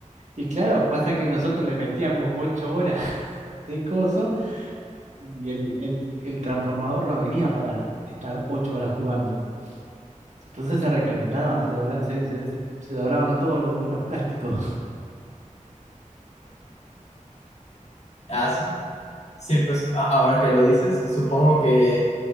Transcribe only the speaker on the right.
Y claro, pasa que nosotros le metíamos ocho horas <laughs> de coso, y el, el el transformador no venía para estar ocho horas jugando. Entonces se recalentaba, se, dobla- se, se- se- se doblaban todos los, los plásticos.